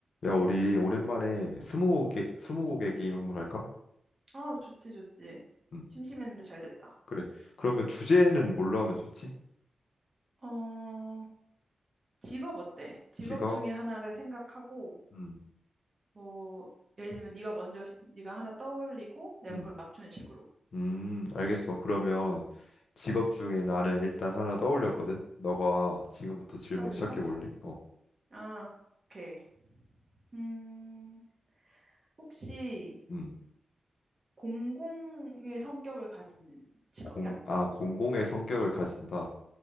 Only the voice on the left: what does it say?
야, 우리 오랜만에 스무고개 스무고개 게임 한번 할까?
음,
그래. 그러면 주제는 뭘로 하면 좋지?
직업?
음,
음,
음, 알겠어. 그러면 직업 중에 나는 일단 하나 떠올렸거든. 너가 지금부터 질문
시작해 볼래? 어,
음,
공, 아, 공공의 성격을 가진다.